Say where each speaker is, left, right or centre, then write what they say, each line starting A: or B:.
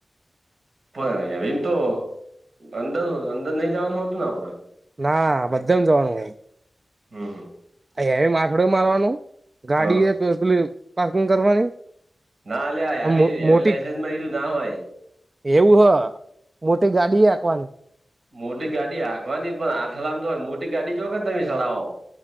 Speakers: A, on the right; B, on the right.
A: પણવીમ તો અંદર અંદર નહી જવાનું હતું ને આપડે?
B: ના બધા જવાનું હોય.
A: હમ હ.
B: અંથડ્ડો મારવાનું ગાડી
A: હા
B: એ પાર્કિંગ કરવાની
A: ના અ આ આવી
B: મો
A: હ
B: મોટી
A: લાયસન્સ મળીું <inaudible> ના હોય
B: એવું હ મોટી ગાડી પણ હાંકવાની
A: મોટી ગાડી આખવાની પણ આંથડામાં તો હોય મોટી ગાડી જો કેને તમે ચલાવો?